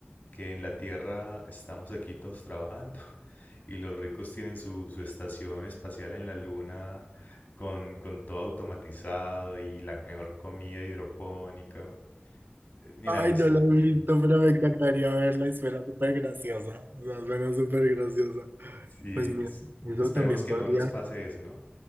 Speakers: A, on the left (about 45°); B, on the right (about 55°).
A: que en la Tierra estamos aquí todos trabajando <laughs> y los ricos tienen su, su estación espacial en la Luna con, con todo automatizado y la mejor comida hidropónica. Eh, Mira,
B: Ay,
A: no sé,
B: no la he visto, pero me encantaría verla y suena súper graciosa. O sea, suena súper graciosa.
A: sí,
B: Pues mira,
A: es-
B: eso
A: esperemos
B: también
A: que
B: podría,
A: no nos pase eso, ¿no?